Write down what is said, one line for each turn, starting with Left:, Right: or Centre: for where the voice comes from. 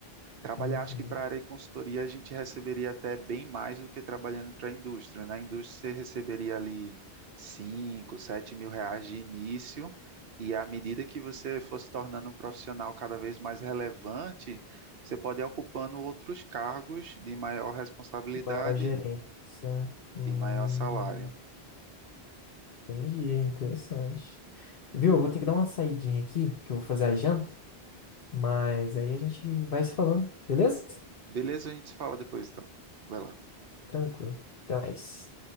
Right: Trabalhar,
Left: Uhum.
Right: acho que para a área de consultoria a gente receberia até bem mais do que trabalhando para a indústria. Na indústria você receberia ali 5 7 mil reais de início, e à medida que você fosse tornando um profissional cada vez mais relevante, você pode ir ocupando outros cargos de maior responsabilidade
Left: De maior gerência. Hum,
Right: e maior salário.
Left: entendi, interessante. Viu? Eu vou ter que dar uma saidinha aqui, que eu vou fazer a janta, mas aí a gente vai se falando, beleza?
Right: Beleza? A gente se fala depois então. Vai lá.
Left: Tranquilo. Até mais.